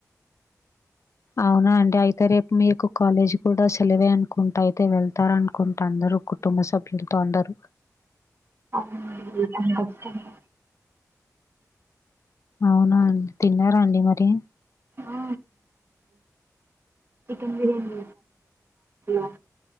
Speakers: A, on the left; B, on the right.
A: అవునా అండి అయితే రేపు మీకు కాలేజ్ కూడా సెలవే అనుకుంటా అయితే వెళ్తారు అనుకుంటా అందరుూ కుటుంబ సభ్యులతో అందరు
B: అవున్ అండి పానికి వస్తునాయి
A: అవునాడి తిన్నారా అండి మరి
B: ఆ చికెన్ బిర్యానీ అ